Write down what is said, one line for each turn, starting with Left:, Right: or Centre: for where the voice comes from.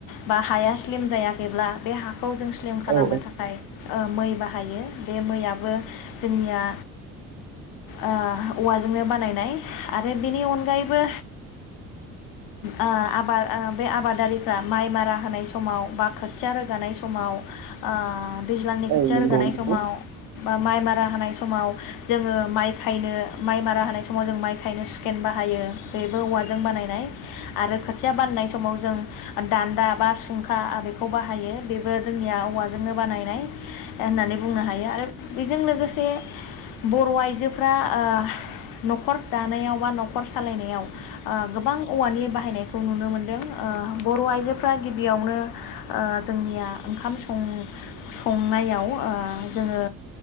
Left: बा हाया स्लिम जायाखैब्ला बे खौ जों स्लिम खालामनो
Right: औ
Left: थाखाय ओ मै बाहायो बे मैयाबो जोंनिया ओ औवाजोंनो बानायनाय आरो बेनि अनगायैबो ओ आबाद बै आबादारिफ्रा माइ मारा होनाय समाव बा खोथिया रोगानाय समाव ओ दैज्लांनि खोथिया
Right: औ नंगौ
Left: रोगानाय
Right: नोंथां
Left: समाव बा माइ मारा हानाय समाव जोङो माइ खायनो माइ मारा होनाय समाव जों माइ खायनो सुखेन बाहायो बेबो औवाजों बानायनाय आरो खोथिया बाननाय समाव जों दान्दा बा सुंखा बेखौ बाहायो बेबो जोंनिया औवाजोंनो बानायनाय। होननानै बुंनो हायो आरो बेजों लोगोसे बर' आइजोफ्रा ओ न'खर दानायाव बा न'खर सालायनायाव ओ गोबां औवानि बाहायनायखौ नुनो मोनदों ओ बर' आइजोफ्रा गिबियावनो ओ जोंनिया ओंखाम सं-संनायाव ओ जोङो